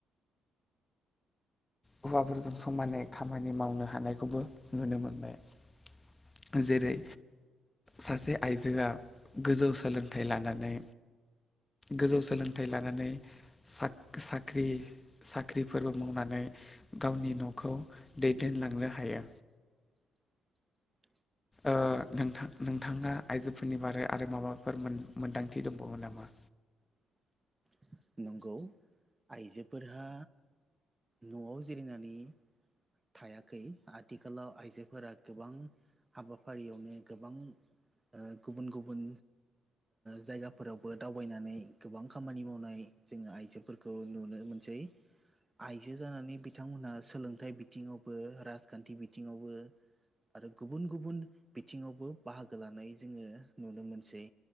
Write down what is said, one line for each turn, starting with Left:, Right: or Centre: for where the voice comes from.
Left: हौवाफोरजों समानै खामानि मावनो हानायखौबो नुनो मोनबाय जेरै सासे आइजोआ गोजौ सोलोंथाइ लानानै गोजौ सोलोंथाइ लानानै स साख्रि साख्रिफोरबो मावनानै गावनि न'खौ दैदेनलांनो हायो
Right: <unintelligible>
Left: आ ोंथां नोंथाङा आइजोफोरनि बारै आरो माबाफोर मोन्दांथि दंबावो नामा
Right: <unintelligible> नंगौ आइजोफोरहा न'आव जिरिरिनानै थायाखै आथिखालाव आइजोफोरा गोबां हाबाफारियावनो गोबां गुबुन गुबुन जायगाफोरावबो दावबायनानै गोबां खामानि मावनाय जोङो आइजोफोरखौ नुनो मोनो आइजो जानानै बिथांमोनहा सोलोंथाइ बिथिङावबो राजखान्थि बिथिङावबो आरो गुबुन गुबुन बिथिङावबो बाहागो लानाय जोङो नुनो मोनसै